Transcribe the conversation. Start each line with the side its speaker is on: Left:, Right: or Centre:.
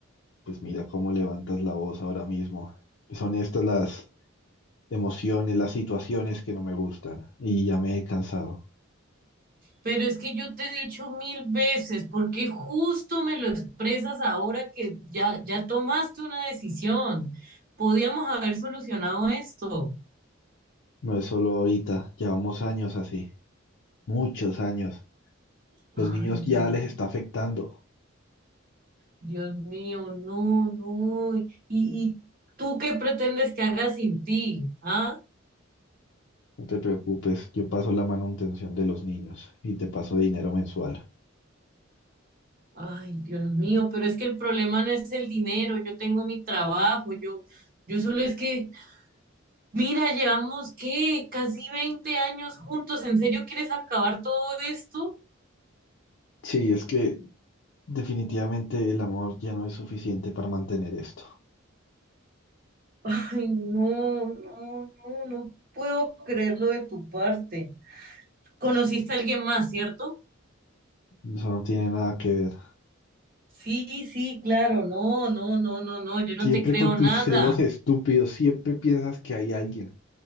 Left: pues mira cómo levantas la voz ahora mismo. Son estas las emociones, las situaciones que no me gustan y ya me he cansado.
Right: Pero es que yo te he dicho mil veces, porque justo me lo expresas ahora que ya, ya tomaste una decisión? Podíamos haber solucionado esto.
Left: No es solo ahorita, llevamos años así, muchos años. Los
Right: Ay,
Left: niños ya
Right: Dios,
Left: les está afectando.
Right: Dios mío, no, no. ¿Y, y tú qué pretendes que haga sin ti? ¿Ah?
Left: No te preocupes, yo paso la manutención de los niños y te paso dinero mensual.
Right: Ay, Dios mío, pero es que el problema no es el dinero, yo tengo mi trabajo, yo, yo solo es que, mira, llevamos qué, casi 20 años juntos, ¿en serio quieres acabar todo esto?
Left: Sí, es que definitivamente el amor ya no es suficiente para mantener esto.
Right: Ay, no, no, no, no puedo creerlo de tu parte. ¿Conociste a alguien más, cierto?
Left: Eso no tiene nada que ver.
Right: Sí, sí, claro, no, no, no, no, no, yo no
Left: Siempre
Right: te creo
Left: con
Right: nada.
Left: tus celos estúpidos, siempre piensas que hay alguien.